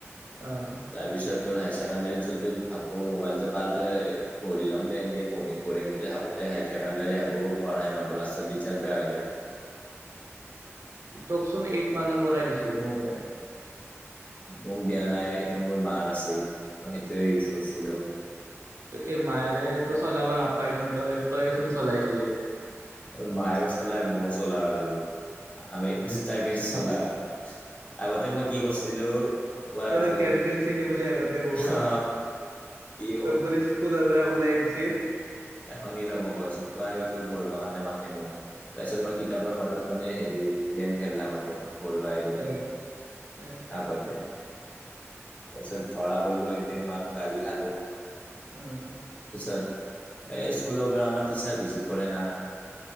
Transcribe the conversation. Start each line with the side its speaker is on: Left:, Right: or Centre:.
Right: অ',
Left: তাৰপিছত ত। ডত চল ভাবো মোবাইলটো কাল, পঢ়ি লম দে এনেকে পঢিম পঢ়ম বুলি ভাবো। স আহ প়াই নব লাৰিজাল্ট বেয়া হৈ যাব।
Right: তকচোন এইট মানৰ পৰাই দিছে মোবাইল।
Left: মোক দিয়া নাই সেইটো মোৰ মাৰ আছিল, মই সেইটোৱে ইউজ কৰিছিলোঁ।
Right: এ মাৰে ত চলাহাব নপাইছ তই তই শু চলহাইছ।
Left: মায়েও চলায় মইও চলাওঁ আৰু। আমি দুটাই পিন্ধি চলাওঁ, আগতে মই কি কৰিছিলো। পুৱাই
Right: তই
Left: উঠো
Right: গম খেলছিলি বুলি আগতে বহত,
Left: অ কি
Right: তোক বুলি স্কুলৰ পৰা ওলাই। <unintelligible>
Left: এখনি ল'ম কৈছো প্ৰায় পঢ়িব কাৰণে মাতে মোক তাৰপিছত মই কিতাপৰ মাজত, মানে হেৰি গেম খেলা কথাটো পঢ়া এৰি কিনে
Right: উম, অ',
Left: আগতে, তাৰপিছত ধৰা পৰিলো একদিনমান গালি খালো।
Right: উম।
Left: পিছত এ স্কুলৰ পৰা আমাৰ টিচাৰ ভিজিট কৰে না